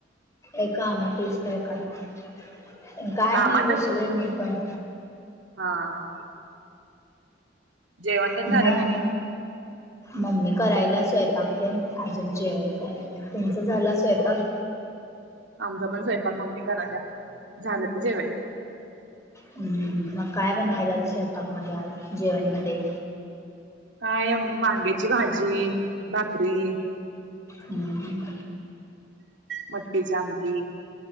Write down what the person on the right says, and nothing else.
कामातच
हा जेवण पण
झालं <unintelligible>
आमचां पण जायपाग मम्मी करायला झालं की जेवायच.
काय वांग्याची भाजी, भाकरी
मटकीची आमटी.